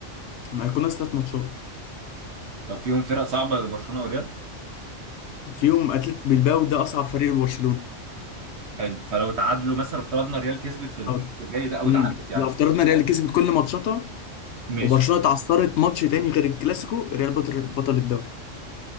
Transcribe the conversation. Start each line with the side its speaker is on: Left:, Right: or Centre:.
Left: ما هيكون ناقص ثلاث ماتشات
Right: طب فيهم فرق صعبه برشلونه وريال
Left: فيهم اتلتيك بلباو ده اصعب فريق لبرشلونه
Right: حلو فلو تعادلوا مثلا افترضنا ريال كسبت في الكلاسيكو
Left: أو-
Right: الجاي ده او
Left: امم
Right: تعادلت يعني
Left: لو افترضنا الريال كسبت كل ماتشاتها
Right: ماشي
Left: وبرشلونه اتعثرت ماتش تاني غير الكلاسيكو الريال بطل بطل الدوري